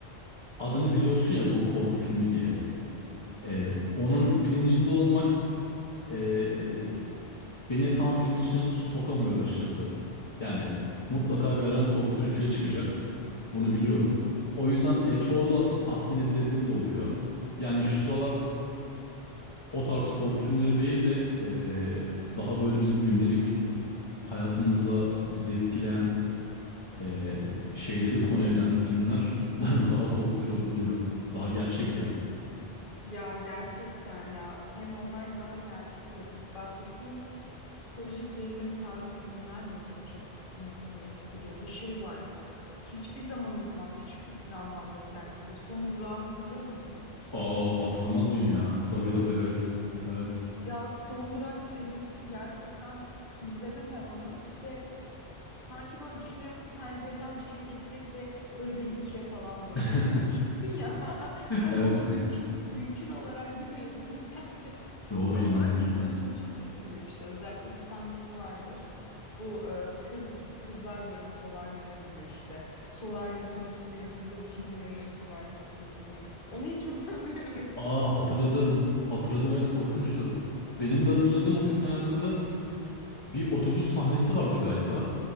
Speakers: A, on the left (about 25°); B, on the left (about 55°).
A: Adını biliyorsun ya bu korku filmi diye. Ee,
B: Hı hı.
A: onun bilincinde olmak ee, beni tam filmin içine sokamıyordu açıkçası. Yani mutlaka bir yerden korkutucu bir şey çıkacak. Bunu biliyorum. O yüzden e, çoğu da aslında tahmin edilebilir de oluyor. Yani şu sıralar o tarz korku filmleri değil de ee, daha böyle bizim gündelik hayatımızda bizi etkileyen e, şeyleri konu eden filmler <laughs> daha korkutucu olabiliyor. Daha gerçek ya.
B: Ya gerçekten ya. Hem onlar daha gerçek ya bahsettiğin psikolojik gerilim tarzı filmler de mesela çok insanı etkiliyor. Bu şey vardı. Hiçbir zaman unutmam. Küçüklük travmamdır kendisi. Son Durağı hatırlıyor musun?
A: Aa hatırlamaz mıyım ya? Tabii tabii evet. Evet.
B: Ya Son Durak serisi gerçekten izledim ben onu. İşte Sanki böyle düşünüyorum ki pencereden bir şey gelecek ve böyle beni ikiye falan bölecek.
A: <laughs>
B: Ya küçüksün ya. <laughs> Hani
A: Evet.
B: onu mümkün mümkün olarak <laughs> görüyorsun yani.
A: <laughs> Doğru
B: Son
A: inandırıcı
B: Durak psikolojimi
A: geliyor.
B: çok etkilemişti. Özellikle bir sahnesi vardır. Bu e, kız kızlar böyle solaryuma giriyor işte. Solaryum sonra kilitleniyor. Kızlar içinde yanıyor solaryum makinesinin. Onu hiç <laughs> unutamıyorum.
A: Aa hatırladım. Hatırladım evet korkunçtu. Benim de hatırladığım o filmle alakalı bir otobüs sahnesi vardı galiba.